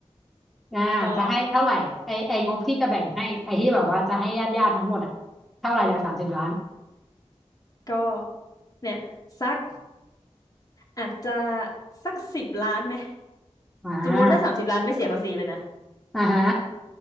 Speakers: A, in the centre; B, on the left (about 35°).
A: อ่าจะให้เท่าไหร่
B: ก็
A: ไอไองบที่จะแบ่งให้ ไอที่แบบว่าจะให้ญาติญาติทั้งหมดอะเท่าไหร่จากสามสิบล้าน
B: ก็เนี่ยสัก อาจจะสักสิบล้านไหม
A: อ่า
B: สมมุติถ้าสามสิบล้านไม่เสียภาษีเลยนะ
A: อ่าฮะ